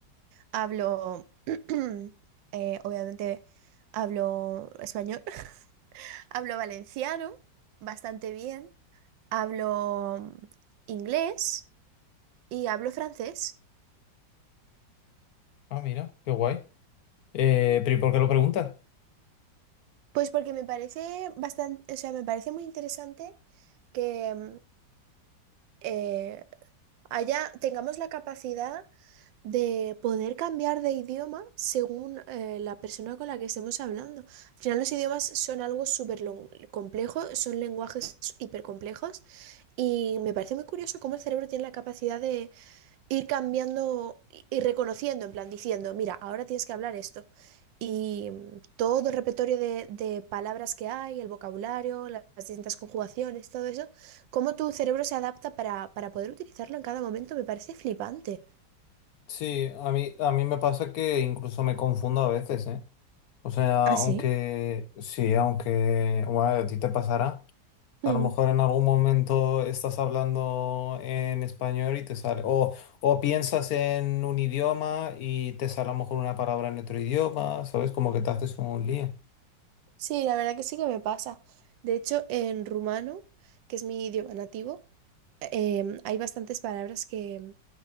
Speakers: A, on the right; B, on the left.
A: hablo, <clears throat> eh, obviamente, hablo español, <laughs> hablo valenciano bastante bien, hablo mm, inglés y hablo francés.
B: Ah, mira, qué guay. Eh, pero ¿y por qué lo preguntas?
A: Pues porque me parece bastante, o sea, me parece muy interesante que mm, eh, haya, tengamos la capacidad de poder cambiar de idioma según eh, la persona con la que estemos hablando. Al final los idiomas son algo súper lon- complejo, son lenguajes hipercomplejos y me parece muy curioso cómo el cerebro tiene la capacidad de ir cambiando y y reconociendo, en plan diciendo, mira, ahora tienes que hablar esto. Y mm, todo el repertorio de, de palabras que hay, el vocabulario, la- las distintas conjugaciones, todo eso, cómo tu cerebro se adapta para, para poder utilizarlo en cada momento, me parece flipante.
B: Sí, a mí, a mí me pasa que incluso me confundo a veces, ¿eh? O sea,
A: ¿Ah,
B: aunque
A: sí?
B: sí, aunque, bueno, a ti te pasará.
A: Mm.
B: A lo mejor en algún momento estás hablando en español y te sale, o, o piensas en un idioma y te sale a lo mejor una palabra en otro idioma, ¿sabes? Como que te haces un lío.
A: Sí, la verdad que sí que me pasa. De hecho, en rumano, que es mi idioma nativo, em, hay bastantes palabras que,